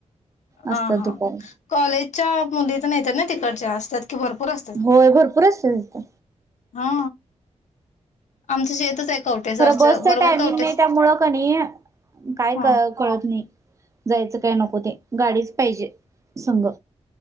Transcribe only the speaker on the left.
हा
हा
ह कॉलेज च्या मुली तेन येतात ना तिकडच्या असतात. की भरपूर असतात
हा आमचं शेतच आहे कवटेसरच
बरोबर
कवटेस
हा